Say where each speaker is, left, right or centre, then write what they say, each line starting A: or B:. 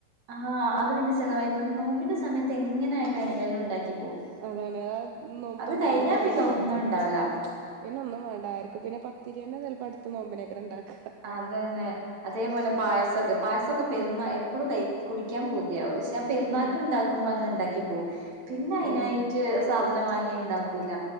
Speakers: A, on the right (about 50°); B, on the right (about 80°).
A: ആഹ്അത് പിന്നെ ചെലവായി തോന്നി നോമ്പിന്റെ സമയത്ത് എങ്ങനെയാലും എങ്ങനെല്ലോ ഉണ്ടാക്കി പോകും
B: അതാണ് ആ നോമ്പ്
A: അത്
B: തൊറക്കുമ്പൊക്കെന്തേലും
A: കഴിഞ്ഞാ പിന്നെ
B: വേണല്ലോ
A: ഒന്നും ഉണ്ടാവില്ല
B: മ്ച്ച് പിന്നൊന്നും വേണ്ടാർക്കും പിന്നെ പത്തിരിയന്നെ ചെലപ്പടുത്ത നോമ്പിനൊക്കെര് ഇണ്ടാക്ക
A: അതന്നെ അതേപോലെ പായസൊക്കെ പായസൊക്കെ പെരുന്നാ എപ്പോഴും കൈ കുടിക്കാൻ പൂതിയാവും പക്ഷേ പെരുന്നാക്ക്ണ്ടാക്കുമ്പോ
B: ആ
A: അങ്ങ് ഇണ്ടാക്കിപ്പോവും പിന്നെ അയിനായിട്ട്
B: അതാണ്
A: ട്ട് സാധനം വാങ്ങി ഇണ്ടാക്കൂല